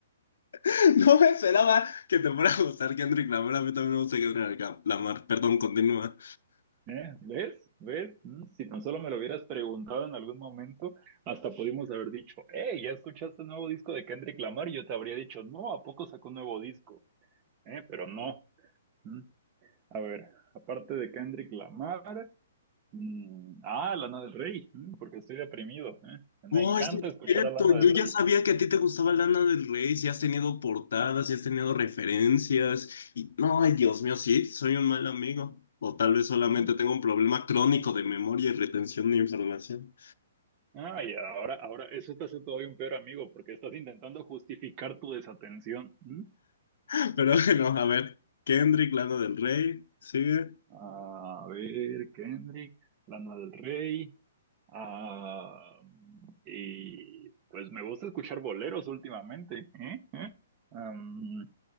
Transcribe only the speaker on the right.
¿Eh? ¿Ves? ¿Ves? Mm, Si tan solo me lo hubieras preguntado en algún momento, hasta pudimos haber dicho, hey, ¿ya escuchaste el nuevo disco de Kendrick Lamar? Y yo te habría dicho, no, ¿a poco sacó un nuevo disco? ¿Eh? Pero no. Mm. A ver, aparte de Kendrick Lamar, mm, ah, Lana del Rey, mm, porque estoy deprimido. ¿eh? Me
encanta
escuchar
a Lana del
Rey.
Mm.
Ah, y ahora, ahora, eso te hace todavía un peor amigo, porque estás intentando justificar tu desatención. ¿m?
A ver, Kendrick, Lana del Rey. Ah, y pues me gusta escuchar boleros últimamente, ¿eh? ¿Eh? Am,